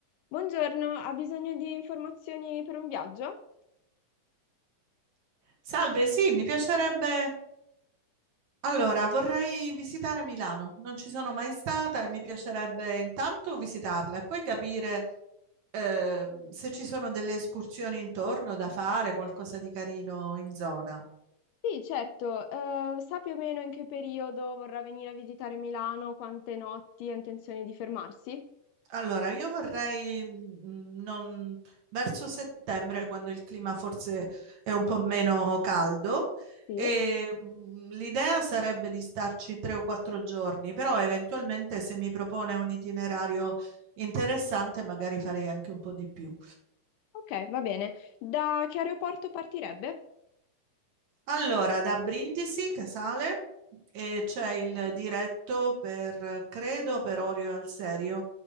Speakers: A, on the left (about 80°); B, on the right (about 60°).
A: Buongiorno, ha bisogno di informazioni per un viaggio?
B: Salve, sì, mi piacerebbe. Allora, vorrei visitare Milano. Non ci sono mai stata e mi piacerebbe intanto visitarla e poi capire eh, se ci sono delle escursioni intorno da fare, qualcosa di carino in zona.
A: Sì, certo. Eh, sa più o meno in che periodo vorrà venire a visitare Milano, quante notti ha intenzione di fermarsi?
B: Allora, io vorrei mm, non- verso settembre, quando il clima forse è un po' meno caldo,
A: Sì,
B: e mm, l'idea sarebbe di starci tre o quattro giorni, però eventualmente se mi propone un itinerario interessante, magari farei anche un po' di più.
A: Ok, va bene. Da che aeroporto partirebbe?
B: Allora, da Brindisi, Casale, e c'è
A: ok.
B: il diretto per, eh, credo, per Orio al Serio.